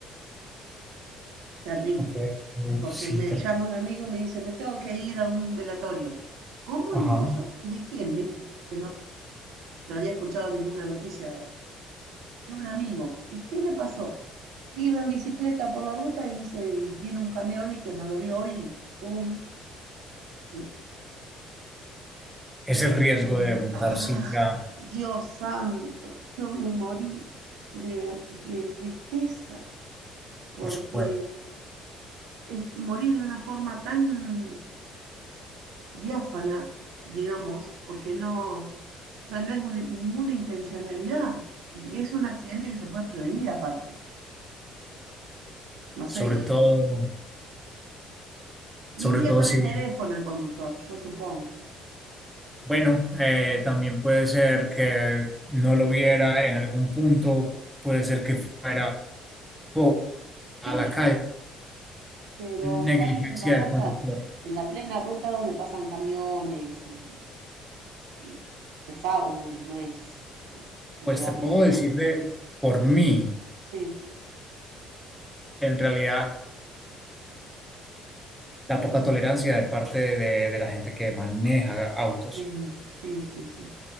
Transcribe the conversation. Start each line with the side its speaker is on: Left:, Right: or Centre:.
Right: Terrible.
Centre: No fue, eh,
Right: Porque
Centre: sí,
Right: me
Centre: ter-
Right: llama un amigo y me dice, me tengo que ir a un velatorio. ¿Cómo?
Centre: ajá.
Right: Le digo yo. ¿Y de quién, viste? Porque no, no había escuchado ninguna noticia de un amigo. ¿Y qué le pasó? Iba en bicicleta por la ruta y dice, y vino un camión y que no lo vio y ¡pum! Listo.
Centre: Es el riesgo de montar
Right: Ah,
Centre: cicla,
Right: Dios santo, yo me morí de, de tristeza porque
Centre: por supuesto.
Right: es morir de una forma tan diáfana, digamos, porque no, o sea, no es un- ninguna intencionalidad y es un accidente que se puede prevenir aparte. No
Centre: Sobre
Right: sé,
Centre: todo, sobre
Right: iría
Centre: todo
Right: con
Centre: si,
Right: el teléfono el conductor, yo supongo.
Centre: bueno, eh, también puede ser que no lo viera en algún punto, puede ser que fuera po- a
Right: Sí,
Centre: la calle,
Right: pero
Centre: negligencia
Right: fue en la ruta,
Centre: del conductor.
Right: en la plena ruta donde pasan camiones y y pesado, eh, no es, digamos,
Centre: Pues te puedo decir de por mí.
Right: sí.
Centre: en realidad la poca tolerancia de parte de, de la gente que maneja autos.
Right: Sí, sí, sí, sí.